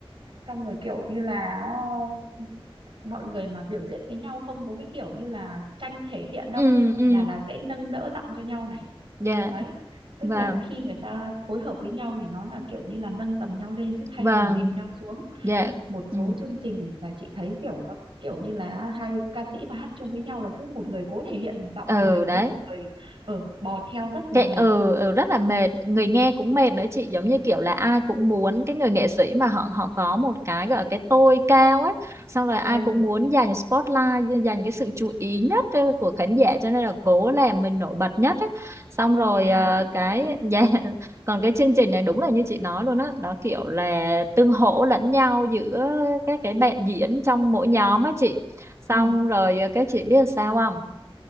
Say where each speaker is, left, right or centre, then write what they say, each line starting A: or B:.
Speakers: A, on the right; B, on the right.
A: xong rồi kiểu như là ờ, mọi người mà biểu diễn với nhau không có cái kiểu như là tranh thể hiện đâu
B: ừ ừ
A: mà là sẽ nâng đỡ giọng cho nhau này
B: dạ
A: đấy tức
B: vâng
A: là khi người ta phối hợp với nhau thì nó là kiểu như là nâng tầm nhau lên chứ thay
B: vâng
A: vì dìm nhau xuống
B: dạ
A: một
B: ừ
A: số chương trình là chị thấy kiểu có kiểu như là hai ca sĩ mà hát chung với nhau là cứ một người cố thể hiện giọng
B: ừ
A: của mình
B: đấy
A: với một người ở bò theo rất là
B: Chạy
A: mệt
B: ừ, ừ rất là mệt, người nghe cũng mệt nữa chị, giống như kiểu là ai cũng muốn cái người nghệ sĩ mà họ họ có một cái gọi là cái tôi cao ấy, xong rồi ai
A: ừ
B: cũng muốn giành spotlight, giành cái sự chú ý nhất ờ, của khán giả cho nên là cố làm mình nổi bật nhất ấy. Xong rồi
A: đó
B: ờ,
A: đó
B: cái <laughs> dạ, còn cái chương trình này đúng là như chị nói luôn á, nó kiểu là tương hỗ lẫn nhau giữa các cái bạn diễn trong mỗi nhóm á chị. Xong
A: ừ
B: rồi ờ, các chị biết sao không?